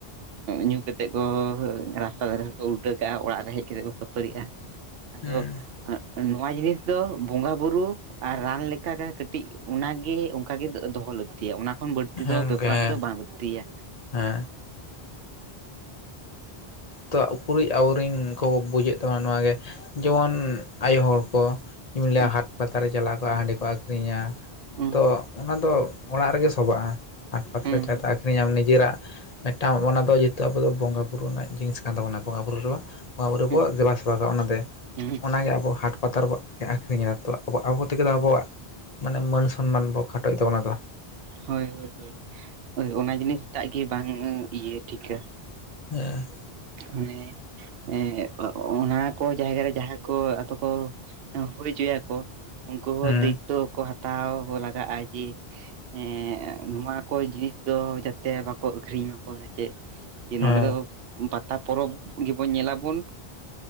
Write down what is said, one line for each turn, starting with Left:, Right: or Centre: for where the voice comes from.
Right: ᱧᱩ ᱠᱟᱛᱮᱜ ᱠᱚ ᱨᱟᱥᱛᱟ ᱫᱷᱟᱨᱮ ᱨᱮᱠᱚ ᱩᱞᱴᱟᱹ ᱠᱟᱜᱼᱟ ᱚᱲᱟᱜ ᱨᱮ ᱦᱮᱡ ᱠᱟᱛᱮᱜ ᱠᱚ ᱠᱷᱟᱹᱯᱟᱹᱨᱤᱜᱼᱟ᱾ ᱟᱫᱚ
Left: ᱦᱮᱸ
Right: ᱱᱚᱣᱟ ᱡᱤᱱᱤᱥ ᱫᱚ ᱵᱚᱸᱜᱟ ᱵᱩᱨᱩ ᱟᱨ ᱨᱟᱱᱠᱟᱜ ᱞᱮᱠᱟᱹᱴᱤᱡ ᱚᱱᱟᱜᱮ ᱚᱱᱠᱟᱜᱮ ᱫᱚᱦᱚ ᱞᱟ ᱛᱤᱟᱹ ᱚᱱᱟ ᱠᱷᱚᱱ ᱵᱟᱹᱲᱛᱤ
Left: ᱜᱚᱝᱠᱮ
Right: ᱫᱚ ᱵᱮᱯᱟᱨ
Left: ᱦᱮᱸ
Right: ᱫᱚ ᱵᱟᱝ ᱞᱟᱠᱛᱤᱭᱟ᱾
Left: ᱦᱮᱸ ᱛᱚ ᱩᱠᱩᱨᱤᱡ ᱟᱵᱚᱨᱮᱱ ᱠᱚ ᱵᱩᱡᱮᱫ ᱛᱟᱵᱚᱱᱟ ᱱᱚᱣᱟᱜᱮ ᱡᱮᱢᱚᱱ ᱟᱭᱳ ᱦᱚᱲ ᱠᱚ ᱧᱩᱟᱹ
Right: ᱦᱩᱸ
Left: ᱦᱟᱴ ᱯᱟᱛᱟᱨᱮ ᱪᱟᱞᱟᱜᱣ ᱠᱚᱜᱼᱟ ᱦᱟᱺᱰᱤ ᱠᱚ ᱟᱠᱷᱨᱤᱧᱟ
Right: ᱦᱩᱸ
Left: ᱛᱚ ᱚᱱᱟ ᱫᱚ ᱚᱲᱟᱜ ᱨᱮᱜᱮ ᱥᱚᱵᱟᱜᱼᱟ ᱦᱟᱴ ᱯᱟᱛᱨᱮ
Right: ᱦᱩᱸ
Left: ᱪᱟᱭᱛᱮ ᱟᱠᱷᱨᱤᱧᱟᱢ ᱱᱤᱡᱮᱨᱟᱜ ᱢᱤᱫᱴᱟᱝ ᱚᱱᱟ ᱫᱚ ᱡᱮᱛᱩ ᱟᱵᱚ ᱫᱚ ᱵᱚᱸᱜᱟ ᱵᱩᱨᱩ ᱨᱮᱱᱟᱜ ᱡᱤᱱᱤᱥ ᱠᱟᱱ ᱛᱟᱵᱚᱱᱟ ᱵᱚᱸᱜᱟ ᱵᱩᱨᱩ ᱨᱮ ᱵᱚᱸᱜᱟ ᱵᱩᱨᱩ
Right: ᱦᱩᱸ
Left: ᱵᱚ ᱵᱮᱵᱟ ᱥᱮᱵᱟ ᱠᱚᱟᱜᱼᱟ ᱚᱱᱟᱛᱮ,
Right: ᱦᱩᱸ
Left: ᱚᱱᱟᱜᱮ ᱟᱵᱚ ᱦᱟᱴ ᱦᱟᱴ ᱯᱟᱛᱟᱨᱮ ᱵᱚ ᱟᱹᱷᱨᱤᱧᱟ ᱛᱚ ᱟᱵᱚ ᱟᱵᱚ ᱛᱮᱜᱮ ᱟᱵᱚᱣᱟᱜ ᱢᱟᱱᱮ ᱢᱟᱹᱱ ᱥᱚᱱᱢᱟᱱ ᱵᱚ ᱠᱷᱟᱴᱚᱭᱮᱫᱟ ᱚᱱᱟᱫᱚ᱾
Right: ᱦᱳᱭ ᱦᱳᱭ ᱦᱳᱭ ᱚᱱᱟ ᱡᱤᱱᱤᱥᱴᱟᱜ ᱜᱮ ᱵᱟᱝ ᱤᱭᱟᱹ ᱴᱷᱤᱠᱟ᱾
Left: ᱦᱮᱸ
Right: ᱢᱟᱱᱮ ᱮ ᱚᱱᱟ ᱠᱚ ᱡᱟᱭᱜᱟ ᱨᱮ ᱡᱟᱦᱟᱸ ᱠᱚ ᱟᱫᱚ ᱠᱚ ᱦᱩᱭ ᱦᱚᱪᱚᱭᱟᱠᱚ ᱩᱱᱠᱩ ᱦᱚᱸ
Left: ᱦᱮᱸ
Right: ᱫᱟᱭᱤᱛᱛᱚ ᱠᱚ ᱦᱟᱛᱟᱣ ᱞᱟᱜᱟᱜᱼᱟ ᱡᱮ ᱮᱸᱜ ᱱᱚᱣᱟ ᱠᱚ ᱡᱤᱱᱤᱥ ᱫᱚ ᱡᱟᱛᱮ ᱵᱟᱠᱚ ᱟᱠᱷᱨᱤᱧ ᱢᱟᱠᱚ ᱥᱮ ᱪᱮᱫ ᱡᱮ
Left: ᱦᱮᱸ
Right: ᱱᱚᱰᱮ ᱫᱚ ᱯᱟᱛᱟ ᱯᱚᱨᱚᱵᱽ ᱜᱮᱵᱚᱱ ᱧᱮᱞᱟᱵᱚᱱ᱾